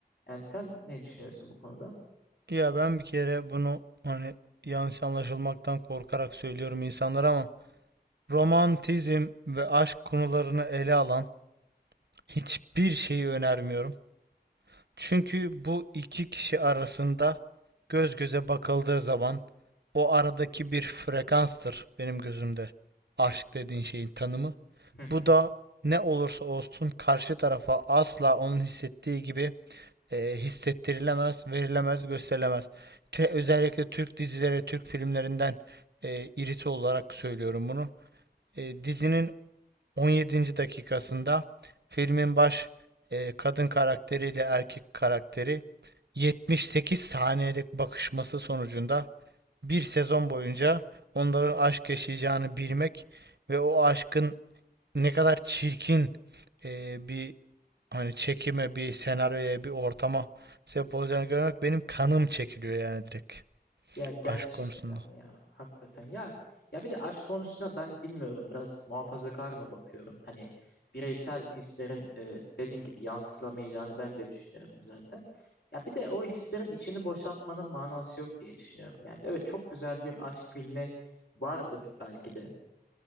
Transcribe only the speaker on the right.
Ya ben bir kere bunu hani yanlış anlaşılmaktan korkarak söylüyorum insanlara ama romantizm ve aşk konularını ele alan hiçbir şeyi önermiyorum. Çünkü bu iki kişi arasında göz göze bakıldığı zaman o aradaki bir frekanstır benim gözümde aşk dediğin şeyin tanımı.
Bu da ne olursa olsun karşı tarafa asla onun hissettiği gibi e, hissettirilemez, verilemez, gösterilemez. Te- özellikle Türk dizileri, Türk filmlerinden e, iriti olarak söylüyorum bunu. E, dizinin 17. dakikasında filmin baş e, kadın karakteriyle erkek karakteri 78 saniyelik bakışması sonucunda bir sezon boyunca onların aşk yaşayacağını bilmek ve o aşkın ne kadar çirkin e, bir hani çekime, bir senaryoya, bir ortama sebep olacağını görmek benim kanım çekiliyor yani direkt
aşk konusunda.